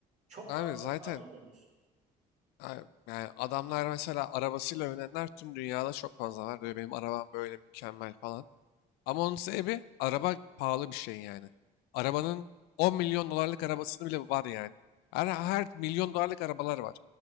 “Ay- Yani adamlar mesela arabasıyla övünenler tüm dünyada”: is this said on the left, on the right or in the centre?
Left